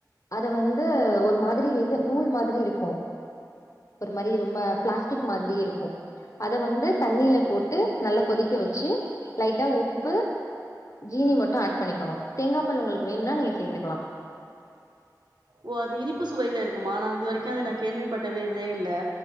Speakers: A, on the left; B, on the right.
A: அத வந்து ஒரு மாதிரி இது நூல் மாதிரி இருக்கு ஒரு மாரி ரொம்ப ப்ளாஸ் டிக் மாதிரியே இருக்கு அத வந்து தண்ணில போட்டு நல்லா கொதிக்க வச்சு லைட்டா உப்பு ஜீனி மட் கேக்கணு தேங்கா பால் உங்கள்க்கு வேண்னா நீங்க சேத்துக்கலா
B: ஓ அது இனிப்பு சுவைய்ல இருக்குமா நா இது வரைக்கு
A: ஆமா
B: அத நா கேள்வி பட்டதெ தெ இல